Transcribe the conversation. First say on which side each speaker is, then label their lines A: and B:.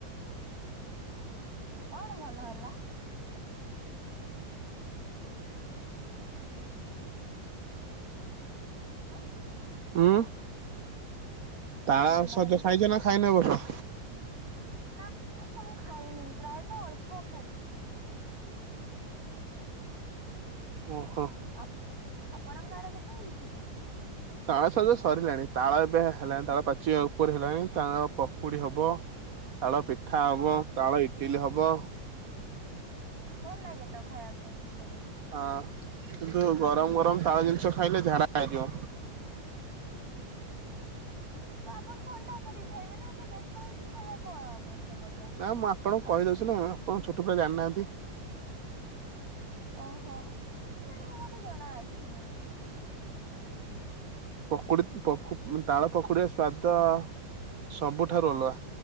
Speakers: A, on the right; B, on the right.
A: କଣ ଭଲ ହେଲା? ଉଁ।
B: ଉଁ।
A: <unintelligible> କଣ
B: ତାଳ
A: ଭଲ
B: ସଜ
A: ହେଲା
B: ଖାଇଛ ନା ଖାଇନ ଏ ବର୍ଷ?
A: ନା ବର୍ଷ ମୁଁ ଖାଇନି ପ୍ରାୟତଃ ଅଳ୍ପ ଖାଇଛି।
B: ଓହୋ।
A: ଆ -ଆପଣଙ୍କ ଆଡେ କେତେ ହେଇଛି କି?
B: ତାଳ ଶବଦ ସରିଲାଣି ତାଳ ଏବେ ହେଲାଣି ତାଳ ପାଚିବା ଉପରେ ହେଲାଣି ତାଳ ପକୁଡି ହବ ତାଳ ପିଠା
A: ହଁ
B: ହବ ତାଳ ଇଡିଲେ ହବ।
A: ଭଲ ଲାଗେ ତ ଖାଇବା ପାଇଁ ସେ ସବୁ।
B: ହଁ କିନ୍ତୁ ଗରମ ଗରମ ତାଳ ଜିନିଷ ଖାଇଲେ ଝାଡ଼ା ଲାଗିବ।
A: ହ ତ ଆପଣ ଥଣ୍ଡା କରିକି ଖାଇବେ ନା ଏତେ ବ୍ୟସ୍ତ ହେଇକି ଖାଇବା କଣ ଆବଶ୍ୟକତା।
B: ନା ମୁଁ ଆପଣଙ୍କୁ କହିଦେଉଛି ନା ଆପଣ ଛୋଟ ପିଲା ଜାଣିନାହାନ୍ତି।
A: ଓହୋ ନାଇଁ ମୁଁ ତେ ଜଣା ଅଛି କିନ୍ତୁ।
B: ପକୁଡି ତାଳ ପକୁଡିର ସ୍ଵାଦ ସବୁଠାରୁ ଅଲଗା।